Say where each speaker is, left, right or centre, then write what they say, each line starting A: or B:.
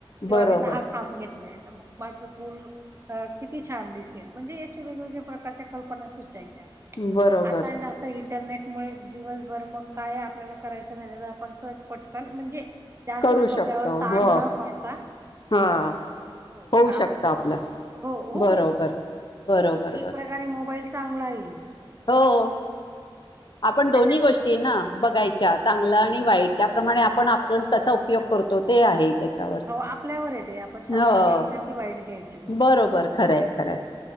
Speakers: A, on the right; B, on the left.
A: किंवा
B: बरोबर
A: मी दहा खांब घेतलंय तरं मंग माझं फूलं किती छान दिसेल म्हणजे अंश वेगवेगळ्या प्रकारच्या कल्पना सुंचायच्या
B: बरोबर
A: आंता आहे असं इंटरनेट मुळें दिवसंभर मंग कायं आपल्यांला करायचं झाल्यां तरं आपणं सहंज पटकन म्हणजे जास्तं
B: करू
A: डोक्यांवर
B: शकतो
A: ताण
B: हो
A: नं पाडता
B: हा
A: हो
B: होऊ
A: आपणं
B: शकतं आपलं
A: हो होऊं
B: बरोबर
A: शकतो
B: बरोबर बरोबर
A: एक प्रकारे मोबाईल चांगला आहे
B: हो आपणं दोन्ही
A: त्याच्या
B: गोष्टी नां बघायच्या चांगल्या आणि वाईट त्यांप्रमाणे आपणं आपणं कसां उपयोग करतो ते आहे त्याच्यावर
A: हो आपल्यांवर आहे ते आपणं चांगलं
B: हो
A: घ्यायचं कि वाईट घ्यायचं
B: बरोबर खरंय खरंय